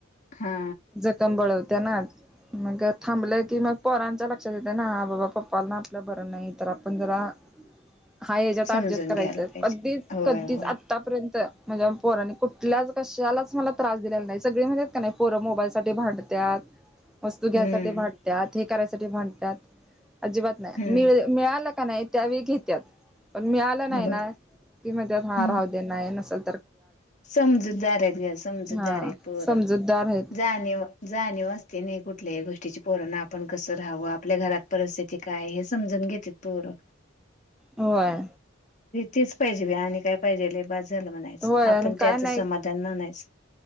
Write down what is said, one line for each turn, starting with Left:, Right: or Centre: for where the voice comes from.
Left: हा
Centre: जखम बळवत्या ना मग थांबलं की मग पोरांच्या चलित ना बाबा पप्पा ना आपल्या बरं नाही तर आपण जरा हा याच्यात
Left: समजून
Centre: अऍडजस्ट करायच
Left: घ्यायला पाहिजे
Centre: कधीच
Left: होय
Centre: कधीच
Left: होय
Centre: आत्तापर्यंत माझ्या पोरांनी कुठल्याच कशालाच मला त्रास दिलेला नाही सगळी म्हणत्यात क नाही र मोबाईल साठी भांडत्यात वस्तू घ्यासाठी
Left: हम्म
Centre: भांडत्यात करायसाठी भांडत्यात अजिबात नाही
Left: हम्म
Centre: मि मिळाला का नाही त्यावेळी घेतात. पण मिळालं नाही
Left: बघ
Centre: ना की म्हणतात हा
Left: हम्म
Centre: राहू दे नाही नसलं
Left: समजूतदार आहेत गं समजूदार
Centre: हा
Left: आहेत पोरं
Centre: समजूतदार आहेत
Left: जाणीव जाणीव असते ने कुठ कुठल्याही गोष्टीची पोराना आपण कसं राहावं आपल्या घरात परिस्थिती काय हे समजून घेततात पोर
Centre: होय
Left: तेच पाहिजे बाई आणि काय पाहिजे ल बास झालं म्हणायचं
Centre: होय
Left: आपण
Centre: आणि काय
Left: त्यातचं
Centre: नाही
Left: समाधान मानायच.